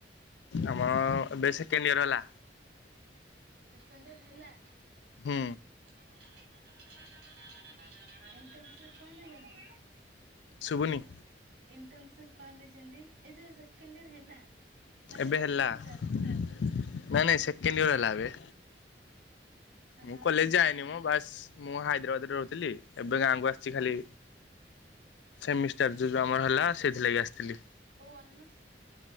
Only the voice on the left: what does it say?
ଆମର, ଏବେ ସେକେଣ୍ଡ ଇଅର୍ ହେଲା।
ହୁଁ।
ଶୁଭୁନି।
ଏବେ
ହେଲା,
ନା ନାଇଁ ସେକେଣ୍ଡ ୟଅର ହେଲା ଏବେ। ମୁଁ
କଲେଜ ଯାଏନି। ମୋ ବାସ୍ ମୁଁ ହାଇଦ୍ରାବାଦରେ ରହୁଥିଲି। ଏବେ ଗାଁକୁ ଆସଛି ଖାଲି ସେମିଷ୍ଟାର ଯୋଉ ଯୋଉ ଆମର ହେଲା, ସେଇଥିଲାଗି ଆସଥିଲି।